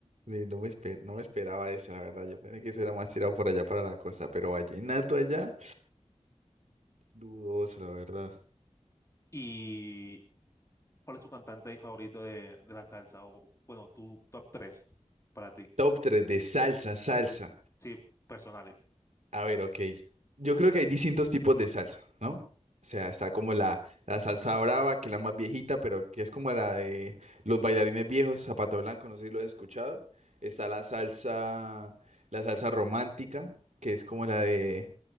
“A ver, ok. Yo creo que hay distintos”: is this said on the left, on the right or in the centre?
Right